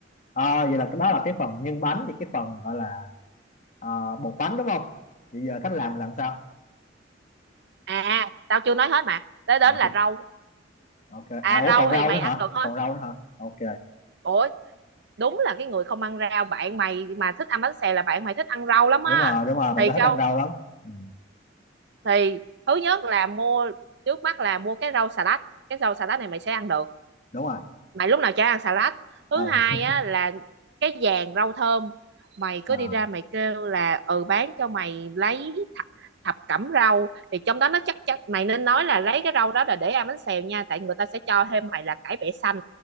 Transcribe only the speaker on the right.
À, tao chưa nói hết mà. Tới đến
là
rau.
À
rau
thì mày
ăn
được hết.
Ủa, đúng là cái người không ăn rau. Bạn mày mà thích ăn bánh xèo là bạn mày thích ăn rau lắm á.
Thì
câu
thì thứ nhất là mua trước mắt là mua cái rau xà lách cái rau xà lách này mày sẽ ăn được
mày lúc nào chả ăn xà lách thứ
hai
á là cái vàng rau thơm mày
cứ đi ra mày kêu là ừ bán cho mày lấy thập, thập cẩm rau thì trong đó nó chắc chắc mày nên nói là lấy cái rau đó là để ăn bánh xèo nha tại người ta sẽ cho thêm mày là cải bẹ xanh